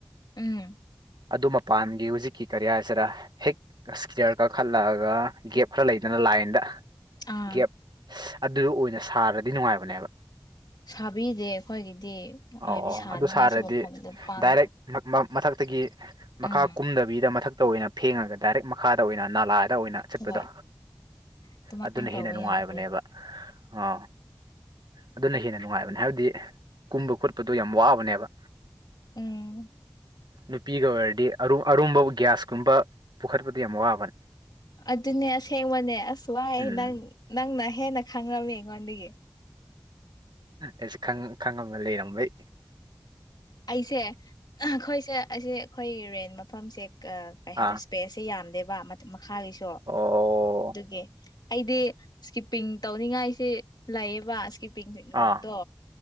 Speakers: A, on the left (about 70°); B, on the right (about 85°).
A: ꯎꯝ
B: ꯑꯗꯨ ꯃꯄꯥꯟꯒꯤ ꯍꯧꯨꯖꯤꯛꯀꯤ ꯀꯦꯔꯤꯌꯥꯔꯁꯤꯗ ꯍꯦꯛ ꯆꯤꯌꯔ ꯀꯛꯈꯠꯂꯛꯑꯒ ꯒꯦꯞ ꯈꯔ ꯂꯩꯗꯅ ꯂꯥꯏꯟꯗ
A: ꯑꯥ
B: ꯒꯦꯞ ꯑꯗꯨꯗ ꯑꯣꯏꯅ ꯁꯥꯔꯗꯤ ꯅꯨꯡꯉꯥꯏꯕꯅꯦꯕ
A: ꯁꯥꯕꯤꯁꯦ ꯑꯩꯈꯣꯏꯒꯤꯗꯤ
B: ꯑꯣ
A: ꯍꯥꯏꯕꯗꯤ
B: ꯑꯣ
A: ꯁꯥꯅꯤꯡꯉꯥꯏꯁꯨ
B: ꯑꯗꯨ ꯁꯥꯔꯗꯤ
A: ꯃꯐꯝꯗ ꯄꯥꯡ
B: ꯗꯥꯏꯔꯦꯛ ꯃꯊꯛꯇꯒꯤ ꯃꯈꯥ
A: ꯎꯝ
B: ꯀꯨꯝꯗꯕ ꯀꯕꯤꯗ ꯃꯊꯛꯇ ꯑꯣꯏꯅ ꯐꯦꯡꯉꯒ ꯗꯥꯏꯔꯦꯛ ꯃꯈꯥꯗ ꯑꯣꯏꯅ ꯅꯥꯂꯛꯑ ꯑꯗ ꯑꯣꯏꯅ ꯆꯠꯄꯗꯣ
A: ꯍꯣꯏ ꯑꯗꯨꯃꯥꯏꯅ
B: ꯑꯗꯨꯅ
A: ꯇꯧꯕ
B: ꯍꯦꯟꯅ ꯅꯨꯡꯉꯥꯏꯕꯅꯦꯕ
A: ꯌꯥꯕꯅꯦꯕ
B: ꯑꯥ ꯑꯗꯨꯅ ꯍꯦꯟꯅ ꯅꯨꯡꯉꯥꯏꯕꯅꯦ ꯍꯥꯏꯕꯗꯤ ꯀꯨꯝꯕ ꯈꯣꯠꯄꯗꯣ ꯌꯥꯝ ꯋꯥꯕꯅꯦꯕ
A: ꯎꯝ
B: ꯅꯨꯄꯤꯒ ꯑꯣꯏꯔꯗꯤ ꯑꯔꯨꯝꯕ ꯒ꯭ꯌꯥꯁꯀꯨꯝꯕ ꯄꯨꯈꯠꯄꯗꯤ ꯌꯥꯝ ꯋꯥꯕꯅꯦ
A: ꯑꯗꯨ ꯑꯗꯨꯅꯦꯁ ꯊꯦꯡꯕꯅꯦ ꯑꯁ ꯋꯥꯏ
B: ꯎꯝ
A: ꯅꯪ ꯅꯪꯅ ꯍꯦꯟꯅ ꯈꯪꯉꯝꯃꯤ ꯑꯩꯉꯣꯟꯗꯒꯤ
B: ꯑꯩꯁ ꯈꯪꯝꯅ ꯂꯩꯔꯝꯕꯩ
A: ꯑꯩꯁꯦ ꯑꯩꯈꯣꯏꯁꯦ ꯑꯁꯤꯁꯦ ꯑꯩꯈꯣꯏ ꯔꯦꯟ ꯃꯐꯝꯁꯦ ꯀꯩ ꯍꯥꯏꯔ
B: ꯑꯥ
A: ꯏꯁꯄꯦꯁꯁꯦ ꯌꯥꯝꯗꯦꯕ ꯃꯈꯥꯒꯤꯁꯨ
B: ꯑꯣ
A: ꯑꯗꯨꯒꯤ ꯑꯩꯗꯤ ꯏꯁꯀꯤꯞꯄꯤꯡ ꯇꯧꯅꯤꯡꯉꯥꯏꯁꯤꯦ ꯂꯩꯑꯕ ꯄꯣꯛꯇꯣ
B: ꯑꯥ